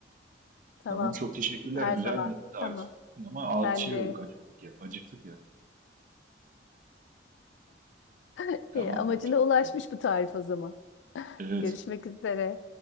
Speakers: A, on the left; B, on the right.
A: Tamam.
B: Tamam çok teşekkürler.
A: Her
B: Güzel
A: zaman.
B: bir tarif.
A: Tamam.
B: Ama
A: Ben
B: a- şey
A: de.
B: olduk acıktık ya. Acıktık ya.
A: <laughs>
B: Tamam
A: İyi, amacına
B: görüşmek
A: ulaşmış
B: üzere.
A: bu tarif o zaman. <laughs>
B: Evet.
A: Görüşmek üzere.